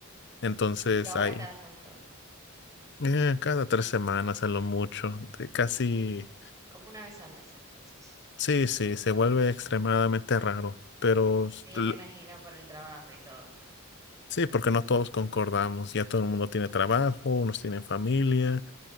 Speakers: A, on the left; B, on the right.
A: Entonces,
B: ¿Y ahora
A: ahí,
B: cada cuánto?
A: eh, cada tres semanas a lo mucho. de Casi,
B: Como una vez al mes entonces.
A: sí, sí, se vuelve extremadamente raro. Pero s-
B: Sí,
A: l-
B: me imagino por el trabajo y todo.
A: sí, porque no todos concordamos. Ya todo el mundo tiene trabajo, unos tienen familia.